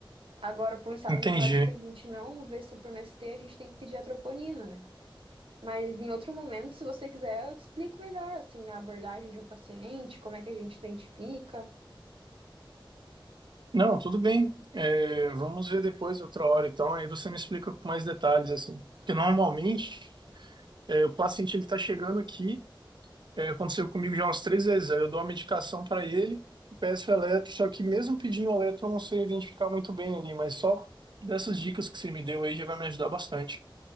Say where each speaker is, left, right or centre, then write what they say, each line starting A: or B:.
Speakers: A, on the right (about 90°); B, on the right (about 60°).
A: Agora, para um
B: Entendi.
A: infarto que a gente não vê supra no ST, a gente tem que pedir a troponina, né? Mas em outro momento, se você quiser, eu te explico melhor assim, a abordagem de um paciente, como é que a gente identifica.
B: Não, tudo bem. É, vamos ver depois outra hora. Então, aí você me explica com mais detalhes assim. Porque normalmente é, o paciente ele está chegando aqui É, aconteceu comigo já umas três vezes. Aí eu dou a medicação para ele, peço eletro, só que mesmo pedindo eletro eu não sei identificar muito bem ali, mas só dessas dicas que você me deu aí já vai me ajudar bastante.